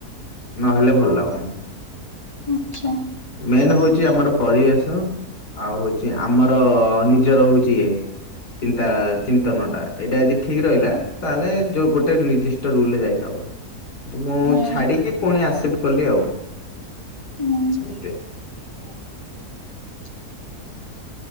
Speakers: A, on the left; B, on the left.
A: ନହେଲେ ଭଲ ଲାଗୁନି।
B: ଆଛା।
A: ମେନ ହୋଉଚି ଆମର ପରିବେଶ ଆଉ ଆଉ ହୋଉଚି ଆମର ନିଜର ହୋଉଚି ଇଏ ଚିନ୍ତା ଚି ତନ ଟା ଏଇଟା ଯଦି ଠିକ୍ ରହିଲା ତାହେଲେ ଯୋଉ ଗୋଟେ ନିର୍ଦିଷ୍ଟ ରୁଲରେ ଯାଇ ହବ। ମୁଁ
B: ହୁଁ
A: ଛାଡିକି ପୁଣି ଆକ୍ସେପ୍ଟ କଲି ଆଉ।
B: ହୁଁ।
A: ଆେ <unintelligible>
B: <inaudible>